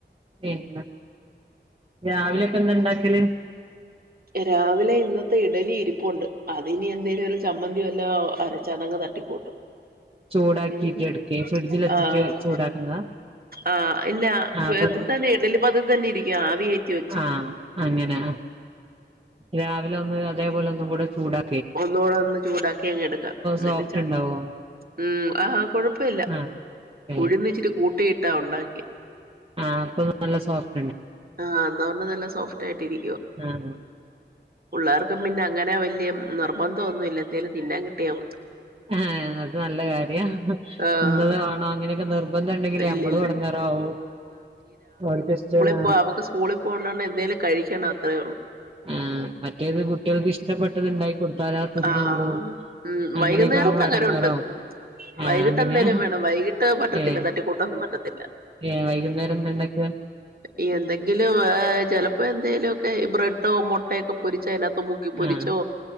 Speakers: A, on the right (about 30°); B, on the right (about 50°).
A: പിന്നെ രാവിലെ ഇപ്പൊ എന്താ ഇണ്ടാക്കല്?
B: രാവിലെ ഇന്നത്തെ ഇഡലി ഇരിപ്പുണ്ട് അതിനി എന്തേലും ഒരു ചമ്മന്തി വല്ലോം അരച്ചതങ്ങ് തട്ടിക്കൂട്ടും.
A: ചൂടാക്കിട്ട്
B: ഉം
A: എടുക്കെ ഫ്രിഡ്ജിൽ വെച്ചിട്ട്
B: ആഹ്
A: ചൂടാക്കുന്നതാ
B: ആഹ് ഇല്ലഇതിൽ
A: ആഹ് അപ്പൊ
B: തന്നെ ഇഡ്ഡലി പാത്രത്തിൽ ഇരിക്കിയ ആവി കെറ്റിവെച്ച്
A: ആഹ് അങ്ങനെ രാവിലെ ഒ അതേപോലെ ഒന്നും കൂടെ ചൂടാ
B: ഒന്നുകൂടെ ഒന്ന് ചൂടാക്കി അങ് എടുക്കാം എന്നിട്ട്
A: സോഫ്റ്റ്
B: ചാ
A: ഇണ്ടാവോ
B: <unintelligible> ആഹ് കൊഴ പ്പല്ല
A: ആഹ് ഏഹ്
B: ഉഴുന്നിച്ചിരി കൂട്ടിയി ട്ടാ ഉണ്ടാക്കി
A: ആഹ് അപ്പൊ നല്ല സോഫ്
B: ആഹ് എന്ന് പറഞ്ഞോ നല്ല സോഫ്റ്റായിട്ടിരിക്കുവാ.
A: ആഹ്
B: പിള്ളാർക്കും പിന്നെ അങ്ങനെ വല്യ നിർബന്ധം ഒന്നു ഇല്ല. എന്തേലും തിന്നാൻ കിട്ടിയാൽ മതി.
A: ആഹ് അത് നല്ല കാര്യാ.
B: ആഹ്
A: ഇന്നത് വേണം അങ്ങനെക്കെ നിർബന്ധ ഒണ്ടെങ്കിലേ
B: ഇല്ലില്ല
A: നമ്മളും എടങ്ങേറാവു. ഓല്ക്ക് ഇഷ്ടോള്ള
B: അപ്പ അവക്ക് സ്കൂളിൽ പോണോട്ട് എന്തേലും കഴിക്കണം. അത്രേ ഒള്ളു.
A: ആ മറ്റേത് കുട്ടിയൾക്ക് ഇഷ്ടപ്പെട്ടത് ഇണ്ടായി കൊടുത്താല തിന്നള്ളൂ
B: ആഹ് ഉം
A: അങ്ങനെയൊക്കെ
B: വൈകുന്നേരത്ത്
A: ആ
B: അങ്ങനെ
A: എടങ്ങാറോ
B: ഉണ്ട്
A: ആ
B: വൈകിട്ട്
A: അങ്ങനെയ
B: എന്തേലും വേണം വൈകിട്ട് പറ്റത്തില്ല
A: ഏ
B: തട്ടിക്കൂട്ടൊന്നും പറ്റത്തില്ല
A: ഏ വൈകുന്നേരം എന്തണ്ടക്ക്
B: ഈ എന്തെങ്കിലും ചിലപ്പോ എന്തെലുക്കെ ഈ ബ്രെഡോ മുട്ടയൊക്കെ പൊരിച്ച അതിനത്ത് മുക്കിപ്പൊരിച്ചോ
A: ആഹ്